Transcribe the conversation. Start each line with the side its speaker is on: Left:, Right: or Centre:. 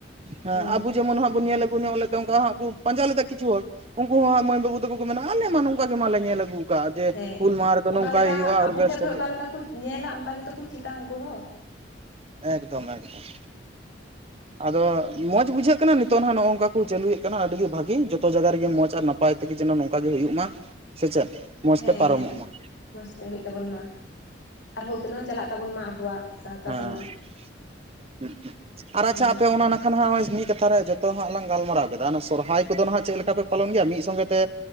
Right: ᱦᱮ
Left: ᱦᱩᱸ
Right: ᱟᱵᱩᱡ ᱡᱮᱢᱚᱱ ᱦᱟᱸ ᱵᱚᱱ ᱧᱮᱞ ᱟᱜᱩ ᱧᱚᱜ ᱞᱮᱫᱟ ᱚᱱᱠᱟ ᱦᱟᱜ ᱠᱚ ᱯᱟᱸᱡᱟ ᱞᱮᱫᱟ ᱠᱚ ᱠᱤᱪᱩ ᱦᱚᱲ ᱩᱱᱠᱩ ᱦᱚᱸ ᱢᱟᱹᱭ ᱵᱟᱹᱵᱩ ᱛᱟᱠᱚ ᱠᱚ ᱢᱮᱱᱟ ᱟᱞᱮ ᱢᱟ ᱱᱚᱝᱠᱟ ᱜᱮ ᱢᱟᱞᱮ ᱧᱮᱞ ᱟᱹᱜᱩ ᱠᱟᱜᱼᱟ ᱡᱮ
Left: ᱦᱮᱸ
Right: ᱦᱩᱞ ᱢᱟᱦᱟ ᱨᱮᱫᱚ ᱱᱚᱝᱠᱟᱭ
Left: ᱚᱠᱟᱞᱮᱠᱟ
Right: ᱦᱩᱭᱩᱜᱼᱟ
Left: ᱟᱵᱚ
Right: ᱚᱨᱜᱮᱥᱴᱟᱨ
Left: ᱴᱷᱮᱡ ᱠᱷᱚᱡ ᱚᱠᱟ ᱞᱮᱠᱟ ᱠᱚ ᱧᱮᱞᱟ ᱚᱱᱠᱟ ᱜᱮᱛᱚ ᱠᱚ ᱪᱮᱫᱟ ᱩᱱᱠᱩ ᱦᱚᱸ
Right: ᱮᱠᱫᱚᱢ ᱮᱠᱫᱚᱢ ᱟᱫᱚ ᱢᱚᱸᱡᱽ ᱵᱩᱡᱷᱟᱹᱜ ᱠᱟᱱᱟ ᱱᱤᱛᱚᱜ ᱱᱟᱜ ᱱᱚᱝᱠᱟ ᱠᱚ ᱪᱟᱹᱞᱩᱭᱮᱫ ᱠᱟᱱᱟ ᱟᱹᱰᱤ ᱵᱷᱟᱜᱤ ᱡᱚᱛᱚ ᱡᱟᱭᱜᱟ ᱨᱮᱜᱮ ᱢᱚᱸᱡᱽ ᱟᱨ ᱱᱟᱯᱟᱭ ᱱᱟᱯᱟᱭ ᱛᱮᱜᱮ ᱡᱮᱱᱚ ᱱᱚᱝᱠᱟ ᱜᱮ ᱦᱩᱭᱩᱜ ᱢᱟ ᱥᱮ ᱪᱮᱫ᱾ ᱢᱚᱸᱡᱽ
Left: ᱦᱮᱸ
Right: ᱛᱮ ᱯᱟᱨᱚᱢᱚᱜ
Left: ᱦᱮᱸ
Right: ᱢᱟ
Left: ᱢᱚᱸᱡᱽ ᱛᱮ ᱦᱩᱭᱩᱜ ᱛᱟᱵᱚᱱ ᱢᱟ ᱟᱨᱦᱚᱸ ᱩᱛᱱᱟᱹᱣ ᱪᱟᱞᱟᱜ ᱛᱟᱵᱚᱱ ᱢᱟ ᱟᱵᱚᱣᱟᱜ ᱥᱟᱶᱛᱟ
Right: ᱦᱮᱸ
Left: ᱥᱚᱢᱟᱡᱽ
Right: ᱟᱨ
Left: ᱦᱮᱸ
Right: ᱟᱪᱪᱷᱟ ᱟᱯᱮ ᱚᱱᱟ ᱠᱷᱟᱱ ᱦᱟᱸᱜᱚᱭ ᱢᱤᱫ ᱠᱟᱛᱷᱟ ᱨᱮ ᱡᱚᱛᱚ ᱦᱟᱸᱜ ᱞᱟᱝ ᱜᱟᱞᱢᱟᱨᱟᱣ ᱠᱮᱫᱟ ᱥᱚᱨᱦᱟᱭ ᱠᱚᱫᱚ ᱦᱟᱸᱜ ᱪᱮᱫ ᱞᱮᱠᱟ ᱯᱮ ᱯᱟᱞᱚᱱ ᱜᱮᱭᱟ ᱢᱤᱫ ᱥᱚᱸᱜᱮ ᱛᱮ